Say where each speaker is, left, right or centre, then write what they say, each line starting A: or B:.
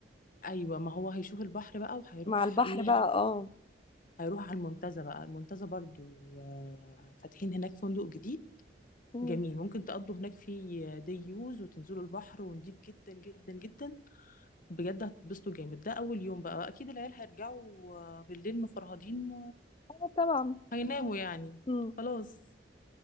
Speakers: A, on the left; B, on the left.
A: ايوه ما هو هيشوف البحر بقى وهيروح
B: مع البحر
A: ايه
B: بقى اه
A: هيروح على المنتزه بقى المنتزه برضو آه، فاتحين هناك فندق جديد
B: مم.
A: جميل ممكن تقضوا هناك في دي يوز وتنزلوا البحر ونضيف جدا جدا جدا بجد هتتبسطوا جامد ده اول يوم بقى اكيد العيال هيرجعوا آه، بالليل مفرهدين
B: اه طبعا
A: وهيناموا يعني
B: مم.
A: خلاص